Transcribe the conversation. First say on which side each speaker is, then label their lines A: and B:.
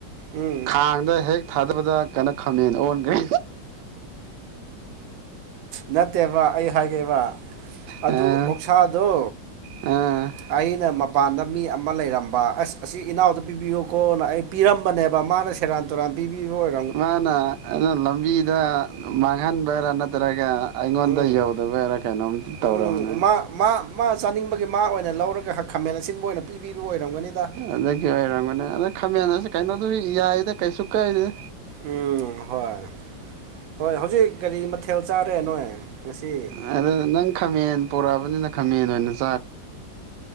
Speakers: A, on the right; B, on the right.
A: ꯎꯝ
B: ꯈꯥꯡꯗ ꯍꯦꯛ ꯊꯥꯗꯕꯗ ꯀꯥꯏꯟꯅ ꯈꯥꯝꯃꯦꯅ ꯑꯣꯟꯈ꯭ꯔꯦ
A: ꯅꯠꯇꯦꯕ ꯑꯩ ꯍꯥꯏꯒꯦꯕ ꯑꯗꯨ
B: ꯑ
A: ꯑꯣꯛꯁꯥꯗꯣ
B: ꯑ
A: ꯑꯩꯅ ꯃꯄꯥꯟꯗ ꯃꯤ ꯑꯃ ꯂꯩꯔꯝꯕ ꯑꯁ ꯑꯁꯤ ꯏꯅꯥꯎꯗ ꯄꯤꯕꯤꯌꯨ ꯀꯣꯅ ꯑꯩ ꯄꯤꯔꯝꯕꯅꯦꯕ ꯃꯥꯅ ꯁꯦꯔꯥꯟ ꯇꯨꯔꯥꯟ ꯕꯤ ꯑꯣꯏ
B: ꯃꯥꯅ ꯑꯗꯨꯝ ꯂꯝꯕꯤꯗ ꯃꯥꯡꯍꯟꯕꯔꯥ ꯅꯠꯇ꯭ꯔꯒ ꯑꯩꯉꯣꯟꯗ
A: ꯎꯝ
B: ꯌꯧꯗꯕ ꯌꯥꯔꯥ ꯀꯩꯅꯣꯝꯇ
A: ꯎꯝ
B: ꯇꯧꯔꯕꯅꯦ
A: ꯃꯥ ꯃꯥ ꯃꯥ ꯆꯥꯅꯤꯡꯕꯒꯤ ꯃꯥ ꯑꯣꯏꯅ ꯂꯧꯔꯒ ꯍꯛ ꯈꯥꯃꯦꯟ ꯑꯁꯤꯟꯕ ꯑꯣꯏꯅ ꯄꯤꯕꯤꯕ ꯑꯣꯏꯔꯝꯒꯅꯤꯗ
B: ꯑꯗꯨ ꯌ ꯑꯣꯏꯔꯝꯒꯅꯦ ꯑꯗ ꯈꯥꯃꯦꯟꯁꯤ ꯀꯩꯅꯣꯗ ꯌꯥꯏꯗ ꯀꯩꯁꯨ ꯀꯛꯏꯦ
A: ꯎꯝ ꯍꯣꯏ ꯍꯣꯏ ꯍꯧꯖꯤꯛ ꯀꯒꯥꯔꯤ ꯃꯊꯦꯜ ꯆꯥꯔꯦ ꯅꯣꯏ ꯉꯁꯤ
B: ꯑꯗꯨꯗ ꯅꯪ ꯈꯥꯃꯦꯟ ꯄꯣꯔꯛꯑꯕꯅꯤꯅ ꯈꯥꯃꯦꯟ ꯑꯣꯏꯅꯁ